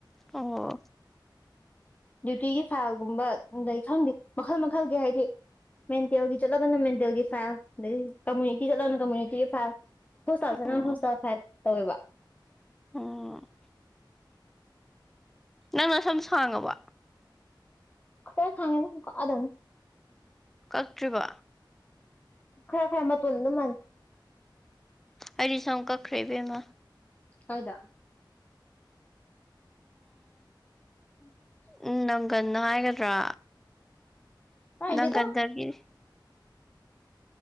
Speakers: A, in the centre; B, on the left.
A: ꯑꯣ
B: ꯗꯤꯌꯨꯇꯤꯒꯤ ꯐꯥꯏꯜꯒꯨꯝꯕ ꯂꯩ ꯈꯪꯗꯦ ꯃꯈꯜ ꯃꯈꯜꯒꯤ ꯍꯥꯏꯗꯤ ꯃꯦꯟꯇꯦꯜꯒꯤ ꯆꯠꯂꯒꯅ ꯃꯦꯟꯇꯦꯜꯒꯤ ꯐꯥꯏꯜ ꯑꯗꯩꯗꯤ ꯀꯝꯃꯨꯅꯤꯇꯤ ꯆꯠꯂꯒꯅ ꯀꯝꯃꯨꯅꯤꯇꯤꯒꯤ ꯐꯥꯏꯜ ꯍꯣꯁꯇꯥꯜ ꯆꯠꯂ
A: ꯎꯝ
B: ꯍꯣꯁꯇꯥꯜ ꯐꯥꯏꯜ ꯇꯧꯋꯦꯕ
A: ꯑꯣ ꯅꯪ ꯅꯁꯝ ꯁꯥꯡꯉꯕꯣ
B: ꯈꯔ ꯁꯥꯡꯉꯦꯗ ꯀꯛꯑꯗꯝꯅꯤ
A: ꯀꯛꯇꯔꯤꯕꯣ
B: ꯈꯔ ꯈꯔ ꯃꯇꯣꯟ ꯑꯗꯨꯝ ꯃꯟ
A: ꯑꯩꯗꯤ ꯁꯝ ꯀꯛꯈꯔꯦ ꯏꯕꯦꯝꯃꯥ
B: ꯀꯥꯏꯗ <unintelligible>
A: ꯎꯝ ꯅꯪꯒꯟ ꯍꯥꯏꯒꯗ꯭ꯔꯥ
B: ꯍꯥꯏꯗꯦꯗ
A: ꯅꯪꯒꯟꯗꯒꯤ